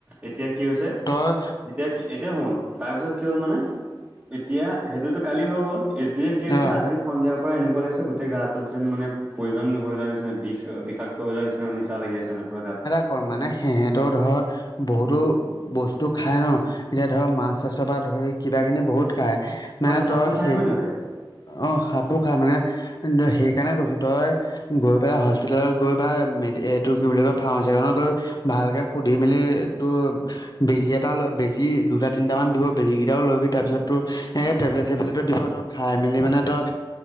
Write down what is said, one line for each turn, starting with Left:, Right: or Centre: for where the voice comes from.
Right: এতিয়া কি হৈছে
Left: অহ
Right: এতিয়া এতিয়া শুন তাৰপিছত কি হ'ল মানে এতিয়া সেইটোতো কালি হৈ গ'ল এতিয়া কি হৈছে
Left: অ
Right: আজি সন্ধিয়াৰ পৰা এনেকুৱা লাগিছে গোটেই গাটোত যেন মানে পয়জন হৈ যোৱা নিচিনা বিষ -বিষাক ত হৈ যোৱা নিচিনা নিচা লাগি আছে মানে পুৰা গাটো।
Left: ক মানে সে সেহঁতৰ ধৰ বহুতো বস্তু খাই ন, এতিয়া ধৰ মাছ - চাছৰ পৰা ধৰি কিবা কিনি বহুত খায়। মানে
Right: সিহঁতে সাপো
Left: তই
Right: খাই
Left: সেই
Right: ন সিহঁতে
Left: অ সাপো খাই মানে এন্দ সেইকাৰণে কৈছো তই গৈ পেলাই হস্পিতালত গৈ বা মে এইটো কি বুলি কয় ফাৰ্মাচীখনত গৈ ভালকে সুধি মেলি তোৰ বেজি এটা লৈ বেজি দুটা - তিনিটামান দিব, বেজী কেইটাও লৈবি তাৰপিছত তোৰ এনেকে টেবলেট - চেবলেটো দিব ত খাই মেলি মানে তই,